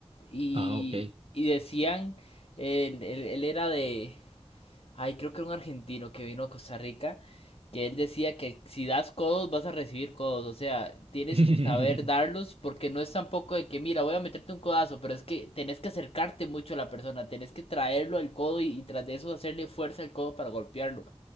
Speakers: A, on the left; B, on the right.
A: y,
B: Ah, ok.
A: y decían, él, él- él era de, Ay, creo que era un argentino que vino a Costa Rica, que él decía que si das codos vas a recibir codos, o sea, tienes
B: <laughs>
A: que saber darlos porque no es tampoco de que, mira, voy a meterte un codazo, pero es que tenés que acercarte mucho a la persona, tenés que traerlo al codo y, y tras de eso hacerle fuerza al codo para golpearlo.